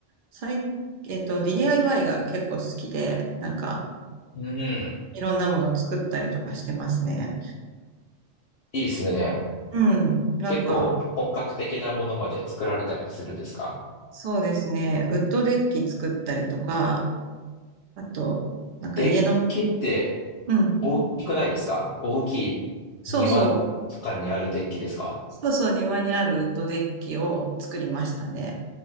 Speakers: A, on the right; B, on the left.
A: 最、えっと、DIY が結構好きで、なんか、
B: うん。
A: いろんなもの作ったりとかしてますね。
B: いいですね。
A: うん。なんか、
B: 結構本格的なものまで作られたりするんですか
A: そうですね。ウッドデッキ作ったりとか、あと、なんか家の、
B: デッキって
A: うん。
B: 大きくないですか大きい庭とかにあるデッキですか
A: そうそう。そうそう、庭にあるウッドデッキを作りましたね。